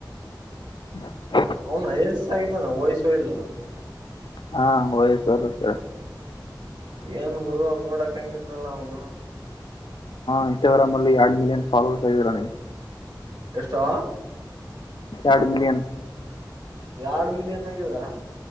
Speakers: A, on the left; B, on the right.
A: <unintelligible>
B: ಅವ್ನ್ ಐ ಎ ಏಸ್ ಆಗಿದಾನ ವಯ್ಸು ಇಲ್ಲ.
A: ಹಾ ಓ ಏಸ್ <unintelligible>
B: ಏನ್ ಗುರು ನೋಡಕ್ ಹಂಗಿದ್ನಲ್ಲ ಅವ್ನು.
A: ಇನ್ಸ್ಟಾಗ್ರಾಮಲ್ಲಿ ಎರಡು ಮಿಲಿಯನ್ ಫಾಲೋವರ್ಸ್ ಆಗ್ಯಾರ್ ಅವ್ನಿಗೆ.
B: ಎಷ್ಟೊ
A: ಎರ್ಡು ಮಿಲಿಯನ್.
B: ಎರಡ್ ಮಿಲಿಯನ್ ಆಗಿದ್ದಾರಾ.